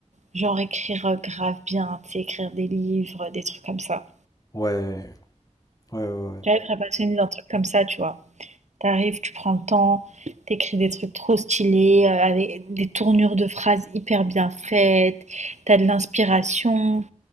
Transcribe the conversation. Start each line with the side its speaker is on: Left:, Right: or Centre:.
Right: Genre écrire euh, grave bien, tu sais, écrire des livres, des trucs comme ça.
Left: Ouais, ouais, ouais,
Right: J'aimerais être passionnée d'un truc comme ça, tu vois. T'arrives, tu prends le temps, t'écris des trucs trop stylés, euh, avec des tournures de phrases hyper bien faites, t'as de l'inspiration.